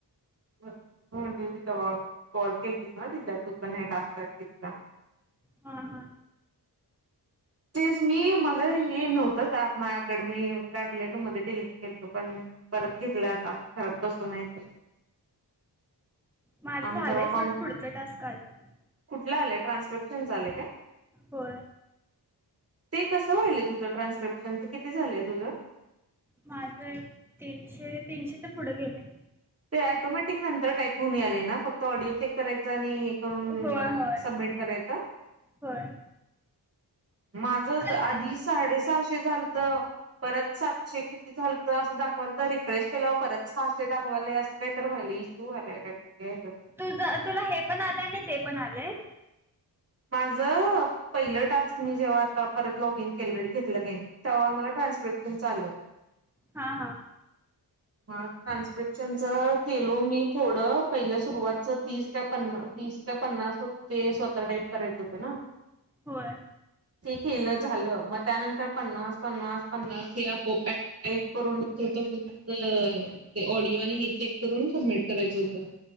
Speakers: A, on the right; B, in the centre.
A: हम म्हण त कॉल केतीस ना तिला तू पण हे टास्क तिला
B: हा हा
A: तेज मी मला हे नव्हतंच माकड मी काढलेलो मध्ये डिलीट केलो पण परत घेतलं आता घरात बसून तर
B: माझं
A: आम्ही
B: झालंय
A: परवा कोण
B: थोडं पुढचं टास्क आलंय
A: कुठला आलेय ट्रान्स्क्रिप्शन चा आले काय
B: हो
A: ते कसं व्हालय तुझं ट्रान्स्क्रिप्शनच किती झालंय तुझं
B: माझ तीनशे तीनशे ते पुढे गेलंय
A: ते ऑटोमॅटिक नंतर टाईप होऊन आलेला ना फक्त ऑडिओ चेक करायचा आणि करून
B: होय होय
A: सबमिट करायचा
B: होय
A: माझ
B: खरंच
A: आधी
B: ते
A: साडे सहाशे झालत परत सातशे किती झालत असं दाखवाल तर रिफ्रेश केल्यावर परत सहाशे दाख वाले असं काहीत व्हाले इशू झालंय काहीतरी
B: तुझ तुला हे पण आलंय ना ते पण आलंय
A: माझ पहिलं टास्क मी जेव्हा आता पर लॉग इन केरेडी घेतलं गे ते्हा मला ट्रान्सस्क्रीप्शनचं आलं
B: हा हा
A: <inaudible> मग ट्रान्स्क्रिप्शन च केलो मी थोड पहिलं सुरुवातच तीस ते पन् तीस पन्नास ते स्वतः टाईप करायच होत ना
B: होय
A: ते केलं झालं मग त्यानंतर पन्नास पन्नास पन्नास हे आपोप टाईप करून फक् ते ऑडिओ आणि हे चेक करून सबमिट करायचं होतं